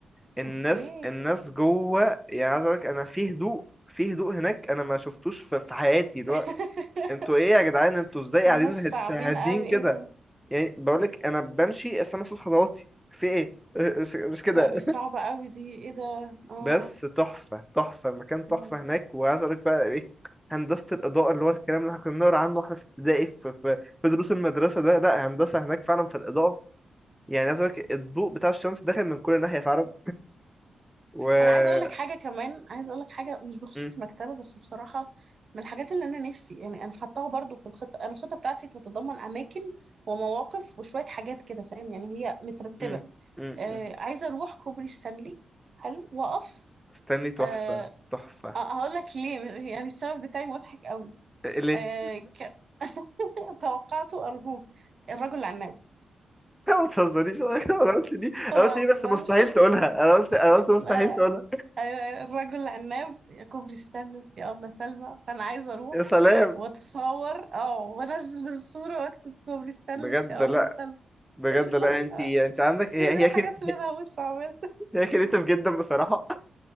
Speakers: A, in the centre; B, on the right (about 55°).
A: الناس
B: اوكي
A: الناس جوه يعني عايز أقول لك أنا في هدوء في هدوء هناك أنا ما شفتوش في في حياتي اللي
B: <laughs>
A: هو أنتوا إيه يا جدعان أنتوا إزاي
B: الناس
A: قاعدين
B: صعبين
A: زه- هادين
B: قوي
A: كده
B: ايه ده
A: يعني بقول لك انا بمشي بس انا صوت خطواتي في ايه <laughs> مش كده
B: لا دي صعبة قوي دي ايه ده اه
A: بس تحفه تحفه المكان تحفه
B: مم.
A: هناك وعايز اقول لك بقى ايه هندسه الاضاءه اللي هو الكلام اللي احنا كنا بنقرا عنه واحنا في ابتدائي في في في دروس المدرسه ده لا هندسه هناك فعلا في الاضاءه يعني عايز اقول لك الضوء بتاع الشمس داخل من كل ناحيه فعلا و
B: انا عايزة اقول لك حاجة كمان عايزة اقول لك حاجة مش بخصوص
A: م-
B: المكتبة بس بصراحة من الحاجات اللي انا نفسي يعني انا حطاها برضو في الخطة انا الخطة بتاعتي تتضمن اماكن ومواقف وشوية حاجات كده فاهم يعني هي مترتبة
A: م- م-
B: آه
A: م.
B: عايزة اروح كوبري ستانلي حلو واقف
A: استني تحفه
B: آه
A: تحفه
B: هقول لك ليه يعني السبب بتاعي مضحك قوي
A: إيه، ليه
B: آه ك... <laughs> توقعته أرجوك الرجل العناب
A: <laughs> ما تهزرنيش <laughs> انا قلت دي
B: ما
A: انا قلت دي
B: بهزرش
A: بس مستحيل تقولها انا قلت انا قلت مستحيل
B: لا لا
A: تقولها
B: أيوة، أيوة. الرجل العناب يا كوبري ستانلي في أبلة سلمى فأنا عايزة أروح
A: يا سلام
B: وأتصور أه وأنزل الصورة وأكتب كوبري ستانلي
A: بجد
B: في أبلة
A: لا
B: سلمى
A: بجد لا
B: <laughs>
A: انت
B: آه،
A: انت عندك هي
B: دي من الحاجات
A: هي كده
B: اللي أنا هموت في أعملها
A: هي كريتيف جدا بصراحه